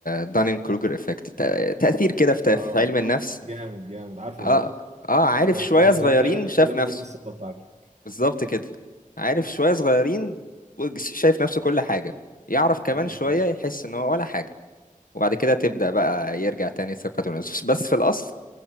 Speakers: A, on the left; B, on the right.
A: دانين كروجر افكت تاثير كده في
B: اه
A: في علم النفس
B: جامد جامد عارفه
A: اه
B: ده
A: اه عارف
B: اللي هو
A: شوية
B: كلما
A: صغيرين
B: زاد جهلك
A: شاف
B: كلما
A: نفسه
B: زادت الثقة بتاعتك
A: بالظبط كده عارف شوية صغيرين وج- شايف نفسه كل حاجة يعرف كمان
B: جامد
A: شوية
B: فشخ
A: يحس ان هو ولا حاجة وبعد كده تبدأ بقى يرجع تاني ثقته بنفسه بس في الأصل